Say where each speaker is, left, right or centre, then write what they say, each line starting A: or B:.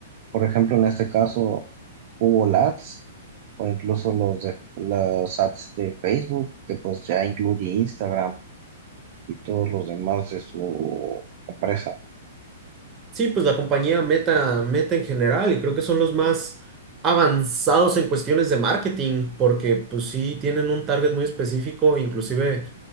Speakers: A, on the right; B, on the right.
A: Por ejemplo, en este caso hubo LATs o incluso los de las ads de Facebook, que pues ya incluye Instagram y todos los demás de su empresa.
B: Sí, pues la compañía Meta, Meta en general, y creo que son los más avanzados en cuestiones de marketing, porque pues sí tienen un target muy específico, inclusive